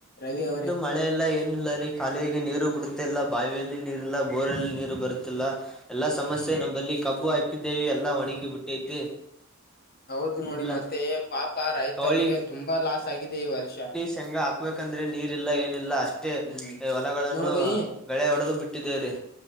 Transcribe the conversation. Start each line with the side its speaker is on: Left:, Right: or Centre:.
Left: ರವಿ ಅವ್ರೇ
Centre: ಮಳೆಲ್ಲ <inaudible> ಏನಿಲ್ಲ ರಿ ಕಾಲುವೆಗೆ ನೀರು ಬಿಡುತ್ತಿಲ್ಲ ಬಾವಿಯಲ್ಲಿ ನೀರ್ ಇಲ್ಲ, ಬೋರಲ್ಲಿ ನೀರು ಬರುತ್ತಿಲ್ಲಾ. ಎಲ್ಲಾ ಸಮಸ್ಯೆ
Left: ಹ್ಮ್
Centre: ನಂಬಲ್ಲಿ ಕಬ್ಬು ಹಾಕಿದ್ದೇವಿ ಎಲ್ಲಾ ಒಣಗಿ ಬಿಟ್ಟೈತಿ.
Left: ಹೌದು ನೋಡಿ
Centre: ಇಲ್ಲ
Left: ಮತ್ತೆ ಪಾಪ ರೈತರಿಗೆ
Centre: ಕವಳಿ
Left: ತುಂಬಾ ಲಾಸ್ ಆಗಿದೆ ಈ ವರ್ಷ.
Centre: ಶೆಂಗಾ ಹಾಕ್ಬೇಕಂದ್ರೆ ನೀರಿಲ್ಲಾಏನಿಲ್ಲ ಅಷ್ಟೇ
Left: ಹ್ಮ್
Centre: ಹೊಲಗಳನ್ನು
Left: ನೋಡಿ
Centre: ಗಳೆ ಹೊಡದು ಬಿಟ್ಟಿದ್ದೇವ್ರೀ